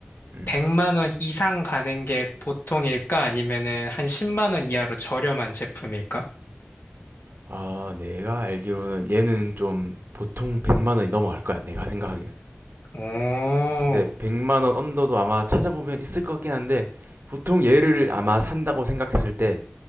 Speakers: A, on the right; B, on the left.
A: 음.
B: 100만 원 이상 가는 게 보통일까? 아니면은 한 10만 원 이하로 저렴한 제품일까?
A: 아, 내가 알기로는 얘는 좀 보통 100만 원이 넘어갈 거야. 내가 생각하기에는.
B: 오,
A: 근데 100만 원 언더도 아마 찾아보면 있을 것 같긴 한데 보통 얘를 아마 산다고 생각했을 때